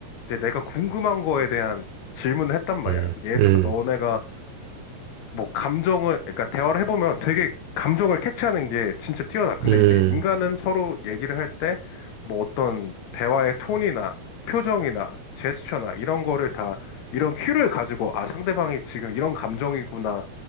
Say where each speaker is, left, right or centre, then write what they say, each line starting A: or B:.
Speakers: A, on the left; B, on the right.
A: 이제 내가 궁금한 거에 대한 질문을 했단 말이야.
B: 음.
A: 예를
B: 음.
A: 들어서 너네가 뭐 감정을, 그러니까 대화를 해보면 되게 감정을 캐치하는 게 진짜 뛰어나. 근데
B: 음.
A: 이제 인간은 서로 얘기를 할 때 뭐 어떤 대화의 톤이나 표정이나 제스처나 이런 거를 다 이런 큐를 가지고 아, 상대방이 지금 이런 감정이구나